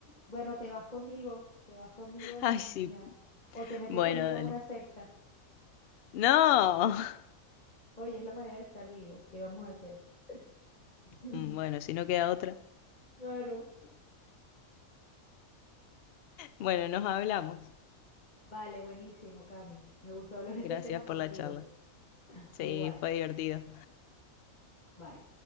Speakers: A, on the left; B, on the left.
A: Bueno, te vas conmigo, te vas conmigo
B: <laughs>
A: a
B: Ay,
A: la comunidad
B: sí.
A: o te metes
B: Bueno,
A: conmigo
B: dale.
A: en una secta.
B: No. <laughs>
A: Oye, es la manera de estar vivo. ¿Qué vamos a hacer? <laughs>
B: Bueno, si no queda otra.
A: Claro.
B: Bueno, nos hablamos.
A: Vale, buenísimo, Cami. Me gustó hablar
B: Gracias
A: de este tema
B: por
A: contigo.
B: la charla. Sí,
A: Igual.
B: fue divertido.
A: <laughs> Bye.